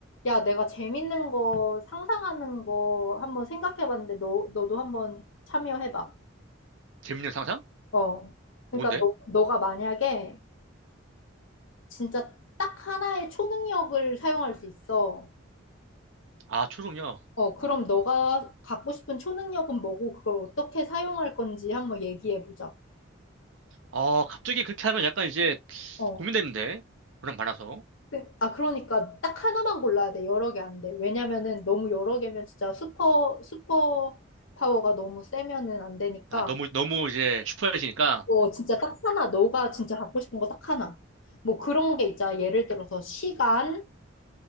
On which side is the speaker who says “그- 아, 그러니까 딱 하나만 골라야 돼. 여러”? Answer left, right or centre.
Left